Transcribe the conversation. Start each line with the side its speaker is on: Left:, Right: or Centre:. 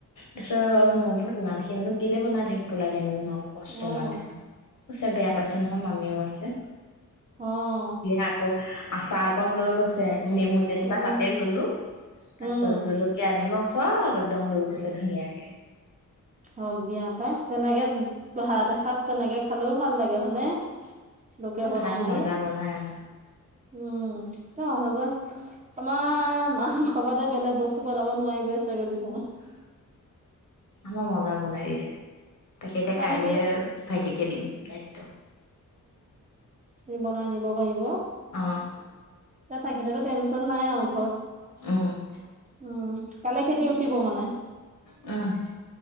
Left: তাৰপিছত মই বোলো ন ইমান খিনি নো কেলে বনাই থাকিব লাগেনো ইমান কষ্ট
Right: অ',
Left: নাজানি। কৈছে বেয়া পাইছো নহয় মামিও আছে।
Right: অৱ।
Left: আকৌ আচাৰ অকন লৈ গৈছে নেমু যেনিবা
Right: উম,
Left: তাতে ললো, তাৰ
Right: উম,
Left: পিছত জলকীয়া জলকীয়া নিমখ চব একদম লৈ গৈছে ধুনীয়াকে।
Right: হওক দিয়া পাই, তেনেকে ভাত এসাঁজ তেনেকে খালেও ভাল লাগে। হয়নে লোকে বনাই
Left: ভাত
Right: দি।
Left: মজা বনাই আমাৰ,
Right: উম, তেওঁ মানুহজন আমাৰ মাংস বাদে বেলেগ বস্তু বনাব নোৱাৰিবই চাগে জীৱনত।
Left: আম মজা বনাই দিছে। তাকে এতিয়া
Right: মানে
Left: কাইলে
Right: কি
Left: ভাইটিকে দিম দায়িত্ব।
Right: কি বনাই নিব পাৰিব।
Left: অ',
Right: তাকেতো টেনচন নাই আও ঘৰত
Left: উম,
Right: উম কালে খেতি উঠিব মানে।
Left: উম